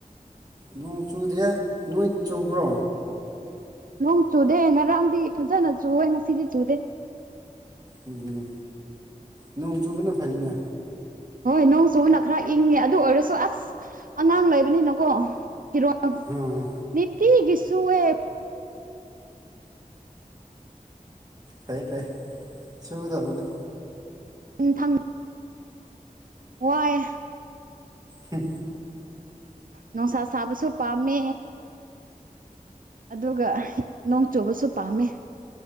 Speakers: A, on the right; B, on the right.
A: ꯅꯣꯡ ꯆꯨꯗꯤꯑꯦ ꯅꯣꯏ ꯆꯨꯕ꯭ꯔꯣ
B: ꯅꯣꯡ ꯆꯨꯗꯦ ꯉꯔꯥꯡꯗꯤ ꯐꯖꯅ ꯆꯨꯏꯌꯦ ꯉꯁꯤꯗꯤ ꯆꯨꯗꯦ
A: ꯎꯝ ꯅꯣꯡ ꯆꯨꯕꯅ ꯐꯩꯅꯦ
B: ꯍꯣꯏ ꯅꯣꯡ ꯆꯨꯕꯅ ꯈꯔ ꯏꯪꯉꯦ ꯑꯗꯨ ꯑꯣꯏꯔꯁꯨ ꯑꯁ ꯑꯉꯥꯡ ꯂꯩꯕꯅꯤꯅꯀꯣ ꯐꯤꯔꯣ
A: ꯑꯥ
B: ꯅꯤꯇꯤꯒꯤꯁꯨꯋꯦ
A: ꯐꯥꯏ ꯐꯥꯏ ꯁꯨꯗꯧꯕꯅꯦ
B: ꯎꯝꯊꯪ ꯋꯥꯏ
A: ꯍ
B: ꯅꯣꯡꯁꯥ ꯁꯥꯕꯁꯨ ꯄꯥꯝꯃꯦ ꯑꯗꯨꯒ ꯅꯣꯡ ꯆꯨꯕꯁꯨ ꯄꯥꯝꯃꯦ